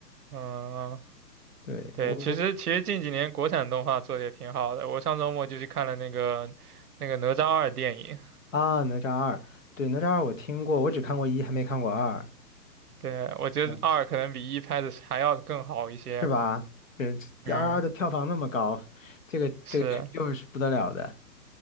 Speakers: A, on the right; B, on the left.
A: 嗯，
B: 对，
A: 对，
B: 我
A: 其实其实近几年国产动画做的也挺好的。我上周末就去看了那个那个《哪吒二》电影。
B: 啊，哪吒二，对，哪吒二我听过，我只看过一，还没看过二，
A: 对，我觉得二可能比一拍的还要更好一些。
B: 嗯，是吧？这这二二的票房那么高，
A: 嗯，
B: 这个这个成就是不得了的。
A: 是，